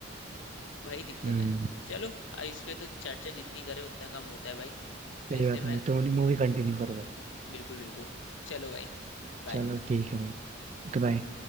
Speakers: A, on the left; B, on the right.
A: वही दिक्कत
B: हम्म
A: है चलो अब इस पे तो चर्चा जितनी करें उतना कम होता है भाई तो
B: सही
A: इसलिए
B: बात
A: मैं
B: है भाई तो मूवी कंटिन्यू करो भाई
A: बिल्कुल बिल्कुल चलो भाई बाय
B: चलो ठीक है भाई Okay bye